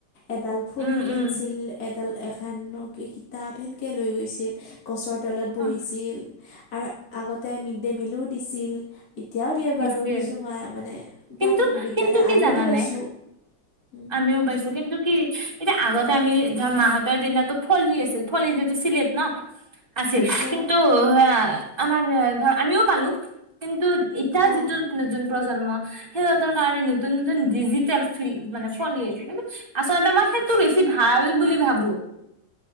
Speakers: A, on the left; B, on the right.
A: এডাল ফুলি
B: উম
A: পিনচিল
B: উম
A: এডাল এস ধক কিতাপ সেনকৈ লৈ গৈছিল গছৰ তলত বহিছিল।
B: অ
A: আৰু আগতে মিড ডে মিলো দিছিল, এতিয়াও দি বাৰু
B: দিছিল
A: কিছুমান মানে
B: কিন্তু
A: প্ৰাথমিক বিদ্যালয়
B: কিন্তু কি
A: আমিওতো
B: জানানে
A: পাইছোঁ। উম,
B: আমিও পাইছো কিন্তু কি এতিয়া আগতে আমি ধৰ মাহতৰ দিনো ফলি আছিল ফলি যিটো চছিলেট ন'।
A: <unintelligible>
B: আছিল
A: অ',
B: কিন্তু আমাৰ ধৰ আমিও পালো, কিন্তু এতিয়া
A: অ',
B: যিটো নতুন প্ৰজন্ম সিহঁতৰ কাৰণে নতুন নতুন ডিজিটেল ফিল মানে ফলি আহিছে কিন্তু আচলতে মই সেইটো বেছি ভাল বুলি ভাবো।